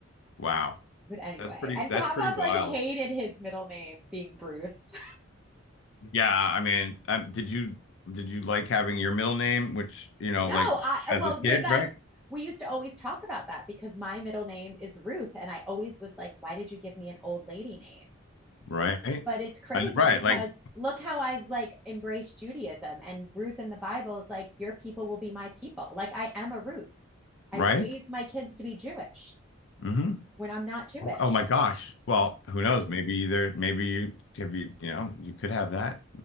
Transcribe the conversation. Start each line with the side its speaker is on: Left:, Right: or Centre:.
Left: Wow.
Centre: But anyway,
Left: That's pretty
Centre: and
Left: that's
Centre: Pop
Left: pretty
Centre: Up
Left: wild.
Centre: like hated his middle name being Bruce.
Left: Yeah, I mean, um, did you did you like having your middle name, which,
Centre: <laughs>
Left: you know,
Centre: no,
Left: like
Centre: I
Left: as
Centre: well
Left: a kid,
Centre: that's
Left: right?
Centre: we used to always talk about that because my middle name is Ruth, and I always was like, why did you give me an old lady name?
Left: Right.
Centre: but it's crazy
Left: I- right,
Centre: because
Left: like
Centre: look how I've like embraced Judaism and Ruth in the Bible is like, your people will be my people. Like I am a Ruth.
Left: right?
Centre: I raised my kids to be Jewish
Left: hmm
Centre: when I'm not Jewish.
Left: Oh my gosh. Well, who knows? Maybe there maybe you have you, you know, you could have that.